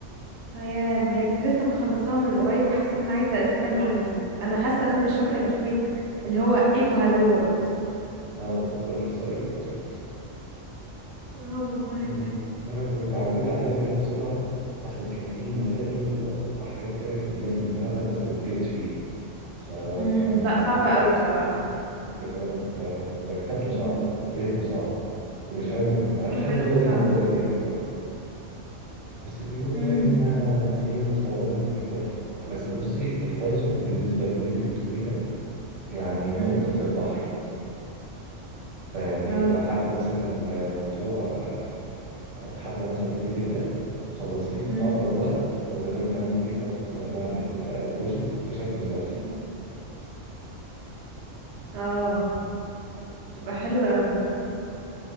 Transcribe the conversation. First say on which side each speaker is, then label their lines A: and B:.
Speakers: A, on the right; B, on the right.
A: هي بجد لسه مخلصاها من قريب وحاسه ان انا عايزه اذاكرها من اول وجديد انا حاسه ان انا مش فاكره غير كلمه اللي هو ايكو هالو وورد
B: اه دولار ساين وبتاع
A: اه والله
B: آه،
A: بجد
B: آه، كنت عديت عليها كده بسرعة عشان كان في مسائل آه، وحاجات كده كنا لازم نفهمها بس بالبي اتش بي فكان
A: امم لا صعبة
B: كان
A: قوي بصراحة
B: كان مقرف قوي ده ده كتابته صعبة
A: مم.
B: وفهمه صعب ايه مش لا فاهم ال- انا
A: كل
B: مش فاهم
A: حاجة
B: اللغة
A: فيه
B: دي
A: صعبة
B: موجودة ليه اه بس بيقولوا
A: امم
B: يعني انها يعني ايه مستخدمة كتير برضه بس بصي البايثون بالنسبة للي انت بتقوليه ده يعني نقطة
A: امم
B: في البحر اه فيعني
A: اه
B: انت لو حابة مثلا موضوع او حابة مثلا تبتدي في ده خلصيه في
A: امم
B: اقرب وقت وتقدري تعملي بيه اكتر انواع من البروجكت بشكل تحفة
A: اه تبقى حلوة قوي